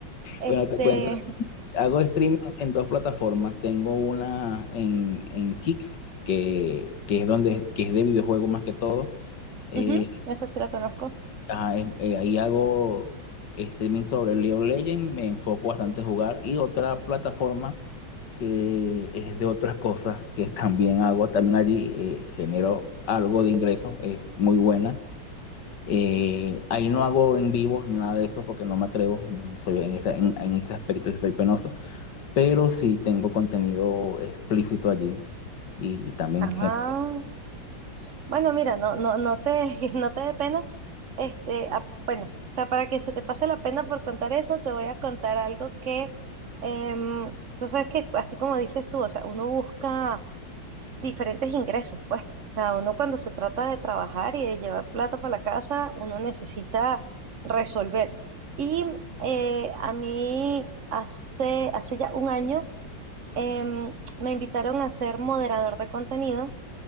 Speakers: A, on the right; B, on the left.
A: Este,
B: bueno, te cuento. Hago streaming en dos plataformas. Tengo una en, en Kick, que, que es donde, que es de videojuegos más que todo.
A: <laughs>
B: Eh,
A: ujú, esa sí la conozco.
B: Ajá, em- eh, ahí hago streaming sobre League of Legends, me enfoco bastante a jugar y otra plataforma que es de otras cosas que <laughs> también hago, también allí eh, genero algo de ingresos, es muy buena. Eh, ahí no hago en vivo ni nada de eso porque no me atrevo, no soy en esa- en, en ese aspecto sí soy penoso, pero sí tengo contenido explícito allí y también
A: Ajá.
B: genero.
A: Bueno, mira, no, no, no te, <laughs> no te dé pena Este, a- bueno, o sea, para que se te pase la pena por contar eso, te voy a contar algo que, em, tú sabes que así como dices tú, o sea, uno busca diferentes ingresos, pues, o sea, uno cuando se trata de trabajar y de llevar plata para la casa, uno necesita resolver. Y eh, a mí hace, hace ya un año em, me invitaron a ser moderador de contenido